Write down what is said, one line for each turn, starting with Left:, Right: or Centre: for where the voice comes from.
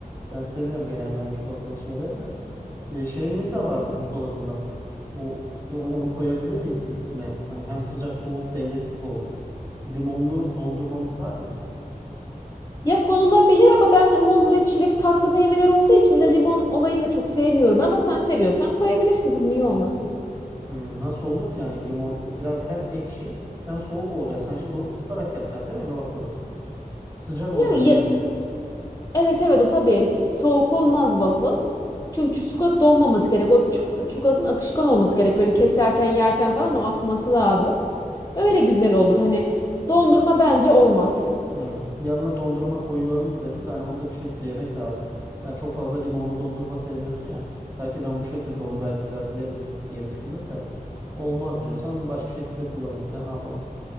Right: Ben seviyorum genelde hani çikolatalı şeyleri de. Ee, şeyimiz de vardı buzdolabında. O, onu, onu koyabilir miyiz ki üstüne? Hani hem sıcak soğuk dengesi gibi olur. Limonlu dondurmamız var ya.
Left: Ya konulabilir ama ben muz ve çilek tatlı meyveler olduğu için bir de limon olayını da çok sevmiyorum. Ama sen seviyorsan koyabilirsin tabii niye olmasın.
Right: Hmm, nasıl olur ki yani limon biraz hem ekşi hem soğuk olacak. Sen şimdi onu ısıtarak yapacaksın değil mi yani waffle'ı? Sıcak olacak
Left: Ya
Right: yani.
Left: Evet evet o tabii soğuk olmaz waffle. Çünkü ç- çikolata donmaması gerek. O çuk- çikolatanın akışkan olması gerek. Böyle keserken yerken falan o akması lazım. Öyle güzel olur. Hani
Right: Hmm.
Left: dondurma bence olmaz.
Right: Hı. Yanına dondurma koyalım mı dedim de hani onu da bir şekilde yemek lazım. Sen çok fazla limonlu dondurma sevmiyorsun ya. Belki ben bu şekilde onu belki biraz yerim diye düşündüm de. Olmaz diyorsan başka şekilde kullanırız ya ne yapalım.